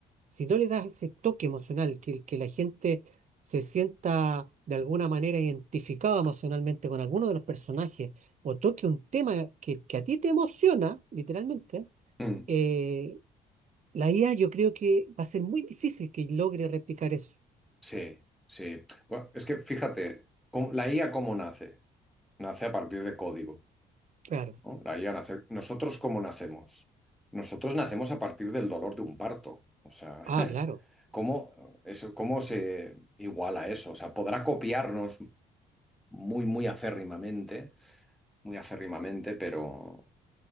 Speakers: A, on the right; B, in the centre.
A: si no le das ese toque emocional, que, que la gente se sienta de alguna manera identificada emocionalmente con alguno de los personajes, o toque un tema que, que a ti te emociona, literalmente,
B: Mm,
A: eh, la IA yo creo que va a ser muy difícil que logre replicar eso.
B: sí, sí. Bueno, es que fíjate, ¿cómo- la IA cómo nace? Nace a partir de código.
A: Claro.
B: ¿no? Ahí a nacer. ¿Nosotros cómo nacemos? Nosotros nacemos a partir del dolor de un parto. O sea,
A: Ah,
B: <laughs>
A: claro.
B: ¿cómo, eso, cómo se iguala eso? O sea, podrá copiarnos muy, muy acérrimamente, muy acérrimamente, pero